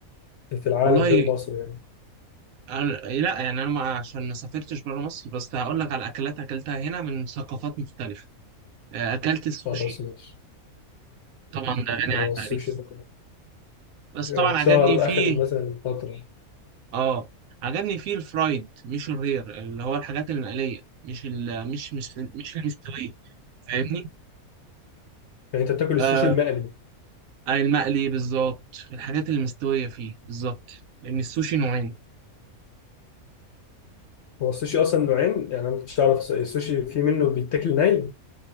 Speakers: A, on the left; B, on the right.
A: في العالم
B: والله
A: غير مصر يعني
B: أنا- لا يعني انا ما عشان ما سافرتش بره مصر بس هقول لك على اكلات اكلتها هنا من ثقافات مختلفة آه، اكلت السوشي
A: خلاص ماشي
B: طبعا ده غني
A: ما
B: عن
A: هو
B: التعريف
A: السوشي ده
B: بس طبعا
A: اتشهر
B: عجبني فيه
A: آخر مثلا فترة يعني
B: اه عجبني فيه الفرايد مش الرير اللي هو الحاجات المقلية مش ال مش مش مش المستوية فاهمني؟
A: أنت بتاكل السوشي
B: آه
A: المقلي
B: آه، المقلي بالظبط الحاجات المستوية فيه بالظبط لأن السوشي نوعين
A: هو السوشي اصلا نوعين يعني انا ما كنتش اعرف الس- السوشي في منه بيتاكل ني